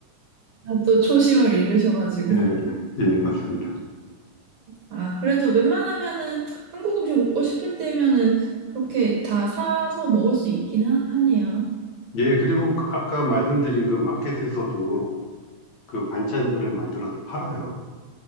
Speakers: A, on the right (about 55°); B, on the left (about 60°).
A: 또 초심을 잃으셔가지고.
B: 예, 예, 맞습니다.
A: 아, 그래도 웬만하면은 한국 음식 먹고 싶을 때면은 그렇게 다 사서 먹을 수 있긴 하, 하네요.
B: 예, 그리고 그 아까 말씀드린 그 마켓에서도 그 반찬들을 만들어서 팔아요.